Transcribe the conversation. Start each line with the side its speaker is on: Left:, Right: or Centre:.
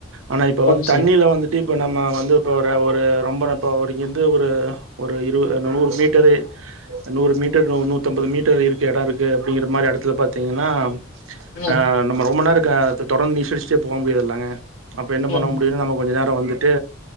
Right: ஆனா
Left: சார்
Right: இப்ப வந்து
Left: ஓகே
Right: தண்ணில
Left: சார்
Right: வந்துட் டு இப்போ நம்ம வந்து இப்போ ஒரு ஒரு ரொம்ப நப்போ ஒரு எந்த ஊரு ஒரு இரு நூறு மீட்டரு நூறு மீட்டர் நூ நூத்தி அம்பது மீட்டர் இருக்கு எடோ இருக்கு அப்டிங்கிற மாரி எடத்துல பாத்தீங்கன்னா
Left: ம்
Right: ஆ நம்ம ரொம்ப நேரோ க தொடர்ந்து நீச்சலடுச்சுட்டே போ முடியாதுல்லங்க அப்ப என்ன பண்ண
Left: ம் ம்.
Right: முடியுனு நம்ம கொஞ்ச நேர வந்துட்டு